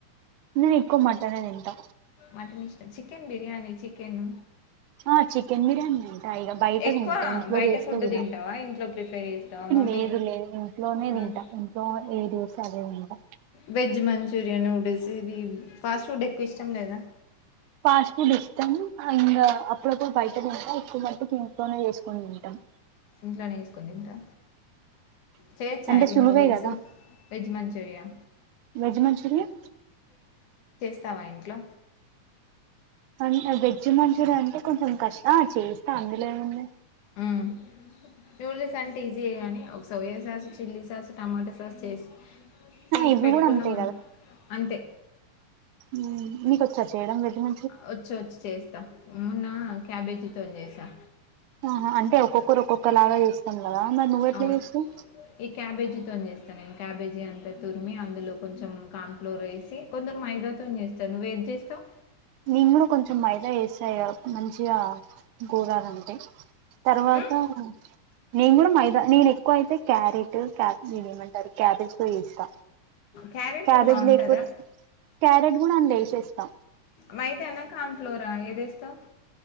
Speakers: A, on the right; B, on the left.
A: నిను ఎక్కువ మటనే తింటా
B: మటన్ ఇష్టం చికెన్ బిర్యానీ చికెన్
A: అ చికెన్ బిర్యానీ ా ఇగ బయట
B: ఎక్కువ
A: తింట ఇంట్లో
B: బయట
A: చేస్తే
B: ఫుడ్
A: తిన
B: తింటావా ఇంట్లో ప్రిపేర్ చేస్తావా మమ్మీ
A: లేదు లేదు ఇంట్లోనే
B: మ్మ్.
A: తింట ఇంట్లో వాళ్ళు ఏది చేస్తే అదే తింటా
B: వెజ్ మంచూరియన్ నూడిల్స్ ఇవి ఫాస్ట్ ఫుడ్ ఎక్కువ ఇష్టం లేదా
A: ఫాస్ట్ ఫుడ్ ఇష్టాం ఇంగ అప్పుడప్పుడు బయట తింటా ఎక్కువ మట్టికి ఇంట్లోనే చేసుకోని తింటాం
B: ఇంట్లోనే చేసుకొని తింటా చేయొచ్చా
A: అంటే
B: ఇవి
A: సులువే
B: నూడిల్స్
A: కదా
B: వెజ్ మంచూరియా
A: వెజ్ మంచూరియన్
B: స్తావా ఇంట్లో
A: అన్ వెజ్ మంచూరియన్ అంటే కొంచెం కష్ అ చేస్త అందులో ఏముంది
B: మ్మ్ నూడిల్స్ అంటే ఈజీయే కానీ ఒక soya sauce chilli sauce tomato sauce చేస్ తీసి
A: ఇవి
B: పెట్టుకున్నామన్
A: కూడా అంతే
B: అంతే
A: మ్ నీకొచ్చ చేయడం రెడ్ మ
B: వ చ్చు వచ్చు చేస్తా మొన్న క్యాబేజీతో చేసా
A: ఆహా అంటే ఒక్కొక్కరు ఒక్కొక్కలాగా చేస్తాం కదా మరి నువ్వ ఎట్లా
B: అవును
A: చేస్తావ్
B: ఈ క్యాబేజీతోని చేేస్తా నేను క్యాబేజీ అంతా తురిమి అందులో కొంచెం కాన్ ఫ్లోర్ వేసి కొందరు మైదాతోని చేస్తాారు నువ్వు ఏది చేస్తావ్
A: నిను కుడా కొంచెం మైదా వేస్త మంచిగా గోలాలంటే తర్వాత
B: మ్మ్
A: నేను కూడా మైదా నేను ఎక్కువ అయితే క్యారెట్ ఇవేమంటారు క్యాబెజ్ తో చేస్తా
B: క్యారెట్తోని
A: క్యబేజ్
B: బాగుంటదా
A: లేకపోత్ క్యారెట్ కూడా అండ్ల చేసేస్తా
B: మైదానా కాన్ట్్లోరా ఏదేస్తావ్